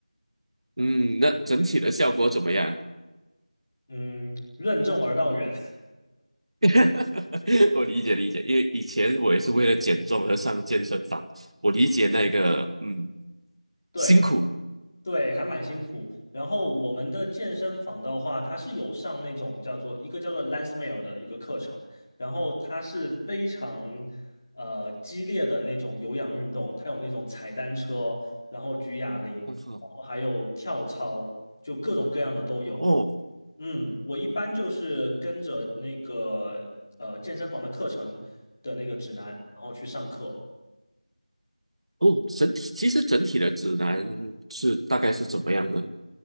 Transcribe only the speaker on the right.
嗯，那整体的效果怎么样？
<laughs> 我理解理解，因为以前我也是为了减重而上健身房，我理解那个嗯
辛苦。
很好
哦
哦，整体其实整体的指南是大概是怎么样的？